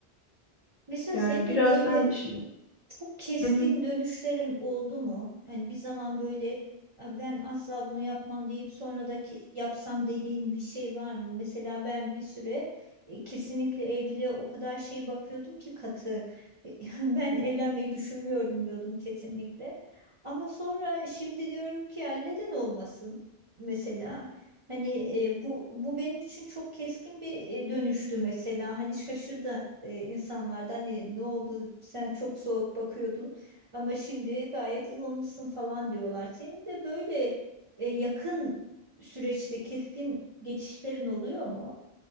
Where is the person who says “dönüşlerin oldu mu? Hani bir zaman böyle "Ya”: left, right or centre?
Right